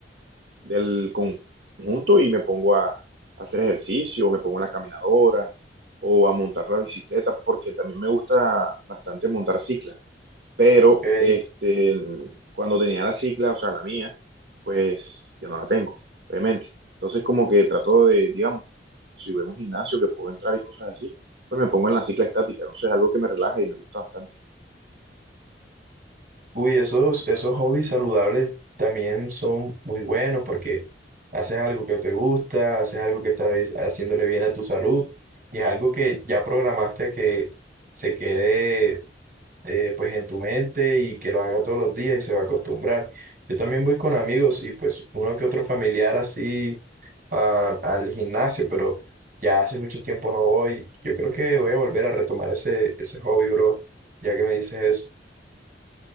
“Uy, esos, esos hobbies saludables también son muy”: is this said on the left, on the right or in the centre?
Right